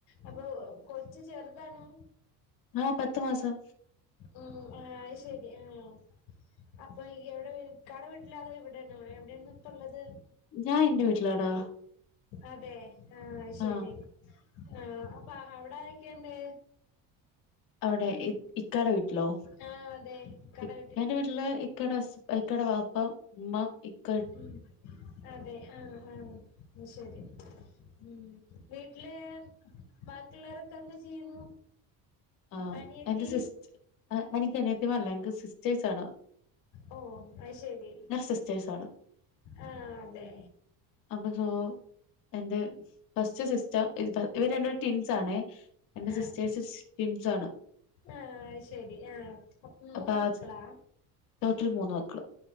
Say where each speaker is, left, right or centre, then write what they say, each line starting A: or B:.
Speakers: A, on the left; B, on the left.
A: അപ്പൊ കൊച്ച്ചെറുതാണോ?
B: ആഹ് പത്ത് മാസം
A: ഉം ആഹ് ശരി ആഹ് അപ്പൊ ഇയ്യ് എവിടെ ഇക്കാടെ വീട്ടിലാന്നോ ഇവടെ ആണോ എവിടെണ് ഇപ്പ ഉള്ളത്?
B: ഞാൻ എന്റെ വീട്ടിലാടാ
A: അതെ? ആഹ് അത്
B: ആ
A: ശരി. ആഹ് അപ്പൊ അവിട ആരൊക്കെണ്ട്?
B: അവിടെ ഇക്കാടെ വീട്ടിലോ
A: ആ അതെ ഇക്കാടെ
B: ഇക്കാന്റെ വീട്ടില് ഇക്കട ഹസ് ഇക്കട പാപ്പ ഉമ്മ ഇക്ക,,
A: ഉം അതെ ആഹ് ആഹ് ശരി ഉം വീട്ടില് ബാക്കിയുള്ളരൊക്കെ എന്താ ചെയ്യുന്നു?
B: ആഹ്
A: അനിയത്തി
B: എന്റെ സിസ് എനിക്ക് അനിയത്തിമാരില്ല എനിക്ക് സിസ്റ്റേഴ്സ് ആണ്
A: ഓ അത് ശരി
B: സിസ്റ്റേഴ്സാണ്.
A: ആഹ് അതെ
B: അപ്പ സ <unintelligible> എന്റെ ഫസ്റ്റ് സിസ്റ്റർ ഇവര് രണ്ട പേരു ടിൻസ് ആണേ എന്റെ
A: ആഹ്
B: സിസ്റ്റേഴ്സ് ടിൻസാണ്
A: ആഹ് ശരി ആഹ് അപ്പ മൂന്ന്
B: അപ്പൊ
A: മക്കളാ?
B: ആ ടോട്ടൽ മൂന്ന് മക്കള്.